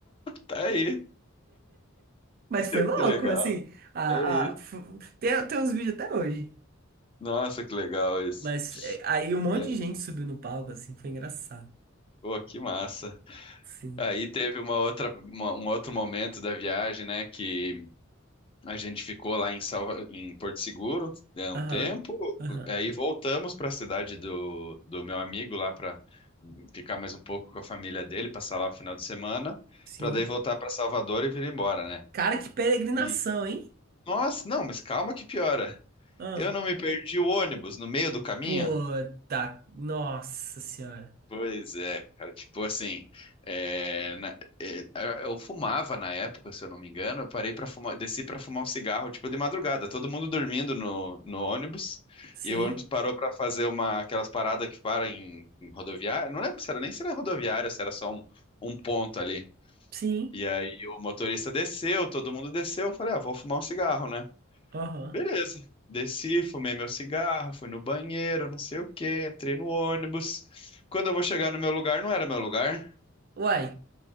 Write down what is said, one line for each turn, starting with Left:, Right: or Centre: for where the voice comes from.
Left: Tá aí,
Right: Mas foi louco,
Left: que legal.
Right: assim. A,
Left: É isso.
Right: a- f- tem, tem uns vídeos até hoje.
Left: Nossa, que legal isso.
Right: Mas é, aí um monte
Left: E aí?
Right: de gente subiu no palco, assim, foi engraçado.
Left: Pô, que massa.
Right: Sim.
Left: Aí teve uma outra, uma- um outro momento da viagem, né, que A gente ficou lá em Salva... em Porto Seguro é, um
Right: Aham.
Left: tempo,
Right: Aham.
Left: aí voltamos para a cidade do, do meu amigo lá para ficar mais um pouco com a família dele, passar lá o final de semana,
Right: Sim.
Left: para daí voltar para Salvador e vir embora, né?
Right: Cara, que peregrinação,
Left: E
Right: hein?
Left: nossa, não, mas calma que piora.
Right: Ah,
Left: Eu não me perdi o ônibus no meio do caminho.
Right: pô, tá. Nossa senhora.
Left: Pois é, cara, tipo assim, é, na- é, eu fumava na época, se eu não me engano, eu parei para fumar, desci para fumar um cigarro, tipo de madrugada, todo mundo dormindo no, no ônibus,
Right: Sim,
Left: e o ônibus parou para fazer uma aquelas paradas que param em, em rodoviária, não lembro se era nem se era rodoviária, se era só um, um ponto ali.
Right: sim.
Left: E aí o motorista desceu, todo mundo desceu, eu falei, ah, vou fumar um cigarro, né?
Right: Aham.
Left: Beleza. Desci, fumei meu cigarro, fui no banheiro, não sei o quê, entrei no ônibus. Quando eu vou chegar no meu lugar, não era meu lugar.
Right: Uai,